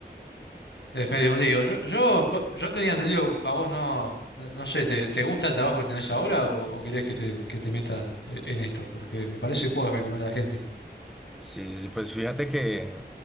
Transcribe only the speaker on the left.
Es medio un lío. Yo, yo, vo- yo tenía entendido, a vos no, no, no sé, ¿te, te gusta el trabajo que tenés ahora o, o querés que te, que te meta eh, en esto? Porque me parece que puedo recomendar a la gente.